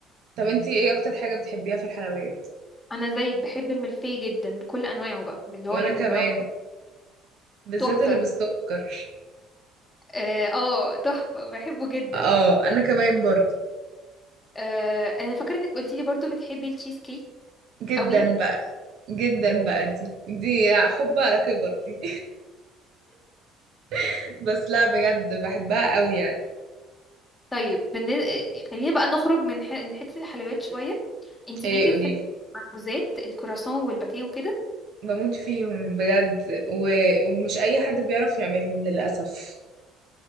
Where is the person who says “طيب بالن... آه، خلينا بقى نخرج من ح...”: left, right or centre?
Left